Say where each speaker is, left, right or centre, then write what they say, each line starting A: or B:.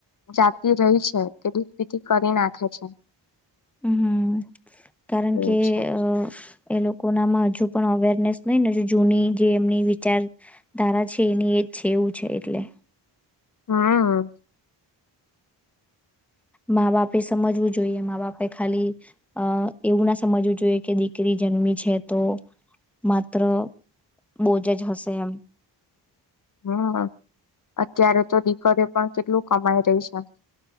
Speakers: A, on the left; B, in the centre.
A: જાતિ રહી છે એ દુધ પિતી કરી નાખે છે
B: હમમ કારણ
A: એવું
B: કે
A: છે
B: અ એ લોકો નામાં હજુ પણ અવેરનેસ નહી ને જો જૂની જે એમની વિચારધારા છે એની એજ છે એવું છે એટલે
A: હા
B: મા બાપ સમજવું જોઈએ મા બાપ એ ખાલી અ એવું ના સમજવું જોઈએ કે દીકરી જન્મી છે તો માત્ર બોજ જ હશે એમ
A: હમ અત્યારે તો દીકરીઓ પણ કેટલું કમાઈ રહી છે